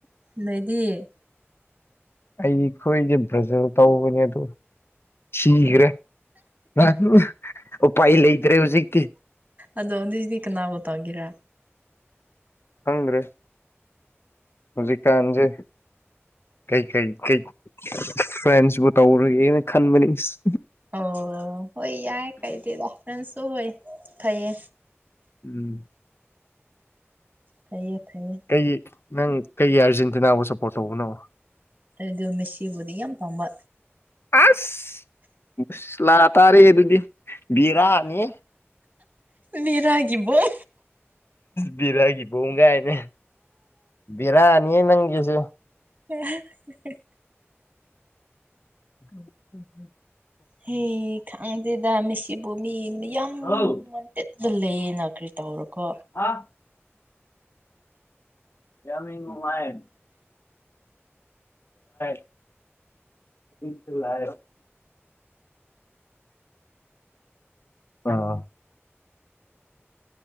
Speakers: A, on the right (about 35°); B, on the left (about 60°).
A: ꯂꯩꯗꯤ
B: ꯑꯩꯈꯣꯏꯗꯤ ꯕ꯭ꯔꯖꯤꯜ ꯇꯧꯕꯅꯦ ꯑꯗꯣ ꯁꯤꯒ꯭ꯔꯦ <unintelligible> ꯎꯄꯥꯏ ꯂꯩꯇ꯭ꯔꯦ ꯍꯨꯖꯤꯛꯇꯤ
A: ꯑꯗꯣ ꯅꯣꯢꯗꯤ ꯀꯅꯥꯕꯨ ꯇꯧꯒꯦꯔꯥ
B: ꯈꯪꯗ꯭ꯔꯦ ꯍꯧꯖꯤꯛ ꯀꯥꯟꯖꯦ ꯀꯩ ꯀꯩ ꯀꯩ ꯐ꯭ꯔꯦꯟꯁꯕꯨ ꯇꯧꯔꯣꯢꯒꯦꯅ ꯈꯟꯕꯅꯤ ꯏꯁ
A: ꯑꯣ ꯍꯣꯏ ꯌꯥꯏ ꯀꯩꯗꯦꯗ ꯐ꯭ꯔꯦꯟꯁꯨ ꯍꯣꯏ ꯐꯩꯌꯦ
B: ꯎꯝ
A: ꯐꯩꯌꯦ ꯐꯩꯌꯦ
B: ꯀꯩ ꯅꯪ ꯀꯩꯒꯤ ꯑꯥꯔꯖꯦꯟꯇꯤꯅꯥꯕꯨ ꯁꯞꯄꯣꯔꯠ ꯇꯧꯕꯅꯣ
A: ꯑꯗꯨ ꯃꯦꯁꯁꯤꯕꯨꯗꯤ ꯌꯥꯝ ꯄꯥꯝꯕ
B: ꯑꯥꯁ ꯃꯨꯁꯂꯥ ꯇꯥꯔꯦ ꯑꯗꯨꯗꯤ ꯕꯤꯔꯥꯅꯤꯍꯦ
A: ꯕꯦꯔꯥꯒꯤ ꯕꯣꯝ
B: ꯕꯤꯔꯥꯒꯤ ꯕꯣꯝ ꯒꯥꯏꯅ ꯕꯤꯔꯥꯅꯤꯍꯦ ꯅꯪꯒꯤꯖꯨ
A: <unintelligible>
B: <inaudible>
A: ꯍꯦ ꯈꯡꯗꯦꯗ ꯃꯦꯁꯤꯕꯨ ꯃꯤ ꯃꯌꯥꯝ
B: ꯍꯥꯎ
A: ꯇꯤꯠꯇ ꯂꯩꯌꯦꯅ ꯀ꯭ꯔꯤ ꯇꯧꯔꯣꯀꯣ
B: ꯑꯥ ꯌꯥꯃꯤ ꯅꯨꯡꯉꯥꯢ <unintelligible> <unintelligible> ꯑꯥ